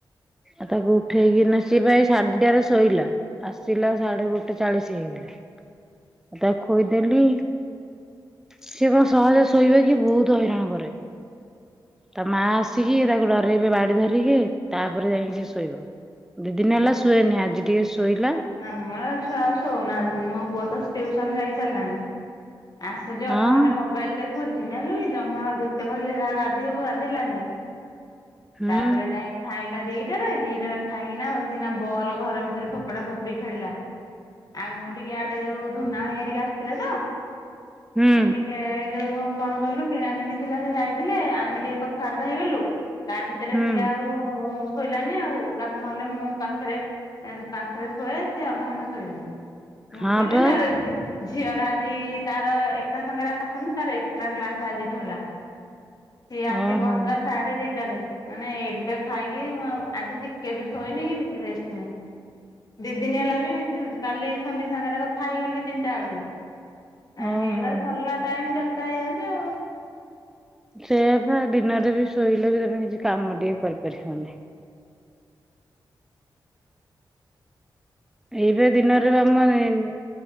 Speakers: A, in the centre; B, on the left (about 45°).
A: ଆଉ ତାକୁ ଉଠେଇକି ନା ସିଏ ବା ଏ ସାଢେ ଦିଟାରେ ଶୋଇଲା। ଆସିଲା ସାଢେ ଗୋଟେ ଚାଳିଶି ହେଇଗଲା ତାକୁ ଖୋଇଦେଲି ସିଏ କଣ ସହଜରେ ଶୋଇବେ କି ବହୁତ୍ ହଇରାଣ କରେ। ତା ମା ଆସିକି ତାକୁ ଡରଇବେ ବାଡି ଧରିକି ତାପରେ ଯାଇକି ସେ ଶୋଇବ। ଦି ଦିନ ହେଲା ଶୁଏନି ଆଜି ଟିକେ ଶୋଇଲା।
B: ଆମର ଛୁଆ ଆଉ ଶୋଉ ନାହାନ୍ତି ମୋ ପୁଅ ତ ଟ୍ୟୁସନ୍ ଯାଇ ସାରିଲାଣି। ଆସୁଚି
A: ହଁ
B: ଅଧଘଣ୍ଟେ ମୋ ବାଇଲ୍ ଦେଖୁଚି ଜାଣିଲୁ କି ଜମା ଯେତେ କହିଲେ ଯା ଗାଧେଇବୁ ଗାଧେଇଲାନି।
A: ହୁଁ।
B: ତାପରେ ଯାଇଁ ଖାଇଲା ଦିଟାରେ ଦିଟାରେ ଖାଇକିନା ବସିକିନା ବଲ ଘର ଭିତରେ ଫୋପାଡା ଫୋ ଡି ଖେଳିଲା ଆଉ ମୁଁ ଟିକେ ଆଡେ ଯଉ ଧୁନା ହେରିକା ଆସିଥିଲେ ତ
A: ହୁଁ
B: ଟିକେ ଯୋଉ କଣ କହିଲୁ କିଣା କିିଣି ଥିଲା ସେ ଯାଇଥିଲେ ଆମେ ଟିକେ କଥାବାର୍ତ୍ତା ହେଇଗଲୁ। ତା ଭିତରେ
A: ହୁଁ
B: ସିଏ ଆଉ ଶୋଇଲାନି ଆଉ ତାକୁ ନହେଲେ ମୁଁ ପାଖେରେ ପାଖେରେ ଶୁଏ ସେ ଅଧ ଘଣ୍ଟେ ଶୋଇଲେଣି ମୁଁ
A: ହଁ
B: ଶୋଇଲେ
A: ପା
B: ତାପରେ ଝିଅର ଆଜି ତାର ଏକା ସାଙ୍ଗରେ ଆସନ୍ତି। ତାର ଏକ୍ସଟ୍ରା କ୍ଲାସ୍ ଆଜିଠୁ ହେଲା। ସିଏ ଆସି
A: ଓହୋ
B: ପହଞ୍ଚିଲା ସାଢେ ଦିଟାରେ। ମାନେ ଏବେ ଖାଇକି ମୁଁ ଆଉ- ଆଜି ଟିକେ ବି ଶୋଇନି କି ଟିକେ ରେଷ୍ଟ୍ ନାହିଁ। ଦି ଦିନ ହେଲା ବି ଏମିତି ହଉଚି କାଲି ସୋନି ସାଙ୍ଗରେ କଥା ହେଇଗଲି ତିନିଟା ଳାକୁ। ଆ
A: ଓହୋ।
B: ହେଇଗଲା ସରିଲା ଟାଇମ୍ ଚାର୍ ଟା ହେଇଯାଉଚି ଆଉ।
A: ସେଇୟା ପା ଦିନରେ ବି ଶୋଇଲେ ବି ତମେ କିଛି କାମ ଟିକେ କରିପାରିବନି। ଏଇବେ ଦିନରେ ଆମରେ ନି